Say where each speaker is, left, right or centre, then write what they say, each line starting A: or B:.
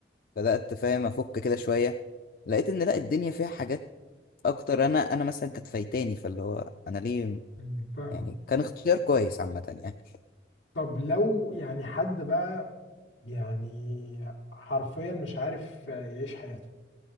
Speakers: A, on the left; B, on the left.
A: بدأت فاهم أفك كده شوية لقيت إن لأ الدنيا فيها حاجات أكتر أنا أنا مثلا كانت فايتاني فاللي هو أنا ليه
B: مم، فاهمة
A: يعني كان اختيار كويس عامة يعني
B: طب لو يعني حد بقى يعني حرفيا مش عارف يعيش حياته